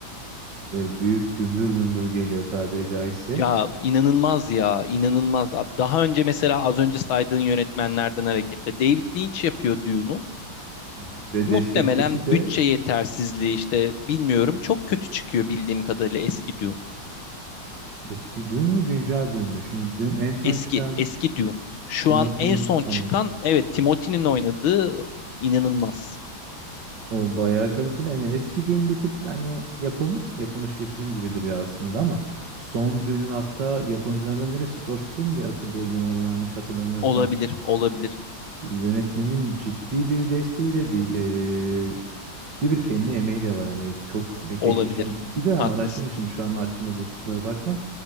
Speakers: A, on the right; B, on the left.
A: Ve büyük gümbür gümbür geliyor tabiri caizse.
B: Ya inanılmaz ya inanılmaz abi. Daha önce mesela az önce saydığın yönetmenlerden hareketle David Lynch yapıyor Dune'u.
A: Hı hı. Ve
B: Muhtemelen
A: destekçisi de
B: bütçe yetersizliği işte bilmiyorum. Çok kötü çıkıyor bildiğim kadarıyla eski Dune.
A: eski dün mü güncel dün mü? Şimdi dün en son
B: Eski,
A: çıkan
B: eski Dune. Şu
A: Timothy'nin
B: an en son
A: oynadığı.
B: çıkan evet Timothy'nin oynadığı inanılmaz.
A: O bayağı kaliteli. Hani eski düğün bir tık hani yapılmak yapılmış bir film gibi duruyor aslında ama son düğünün hatta yapımcılardan biri Scorsese mi diye hatırlıyorum eğer yanlış hatırlamıyorsam.
B: Olabilir, olabilir,
A: Yönetmenin ciddi bir desteği ve di- eee, ciddi bir kendi emeği de var. Hani çok e, geçmiş
B: olabilir.
A: yani bir dönem
B: Haklısın.
A: araştırmışım şu an aklımda diye kusura bakma.